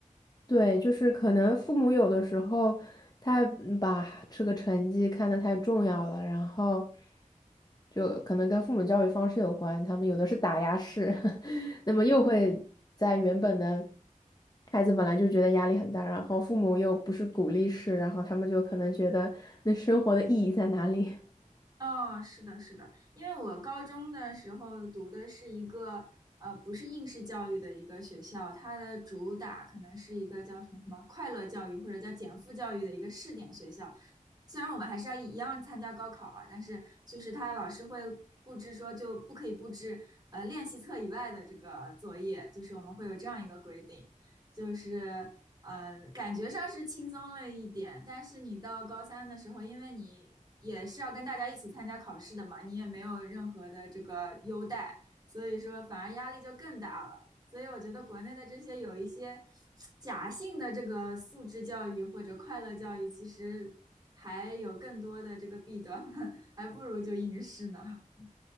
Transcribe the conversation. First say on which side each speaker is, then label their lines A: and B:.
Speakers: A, on the left; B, on the right.
A: 对，就是可能父母有的时候他嗯把这个成绩看得太重要了，然后就可能跟父母教育方式有关，他们有的是打压式，<laughs> 那么又会在原本的孩子本来就觉得压力很大，然后父母又不是鼓励式，然后他们就可能觉得那生活的意义在哪里？<laughs>
B: 哦，是的，是的，因为我高中的时候读的是一个呃，不是应试教育的一个学校，它的主打可能是一个叫什么什么快乐教育或者叫减负教育的一个试点学校。虽然我们还是要一样参加高考啊，但是就是他老师会布置说就不可以布置呃练习册以外的这个作业，就是我们会有这样一个规定，就是。呃，感觉上是轻松了一点，但是你到高三的时候，因为你也是要跟大家一起参加考试的嘛，你也没有任何的这个优待，所以说反而压力就更大了。所以我觉得国内的这些有一些假性的这个素质教育或者快乐教育，其实还有更多的这个弊端，<laughs> 还不如就应试呢。